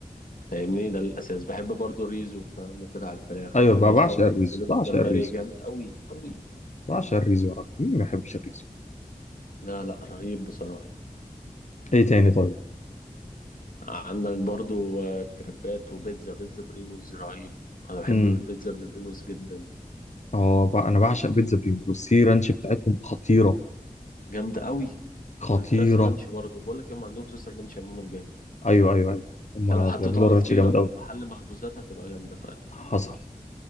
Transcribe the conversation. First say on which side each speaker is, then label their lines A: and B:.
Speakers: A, on the left; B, on the left.
A: فاهمني ده الأساس بحب برضو الريزو فاهم بقطع الفراخ
B: ايوه بقى
A: مؤخرا
B: بعشق الريزو
A: نزلوا
B: بعشق
A: لي الجمبري
B: الريزو
A: جامد أوي أوي
B: بعشق الريزو يا راجل مين ما يحبش الريزو
A: لا لا رهيب بصراحة
B: ايه تاني طيب
A: عندك برضو آه، كريبات وبيتزا بيتزا بريموز رهيب انا بحب
B: امم
A: البيتزا بريموز جدا
B: اه بقى انا بعشق بيتزا بريموس والسي رانش بتاعتهم خطيره
A: جامده قوي
B: خطيره
A: والفراخ رانش برضو بقول لك هم عندهم صوص الرانش عموما جامد
B: ايوه ايوه ايوه هما
A: انت لو حطيته
B: بيعملوا
A: على
B: الرانش
A: فطيره
B: جامد
A: من
B: قوي
A: محل مخبوزات هتبقى جامده فعلا
B: حصل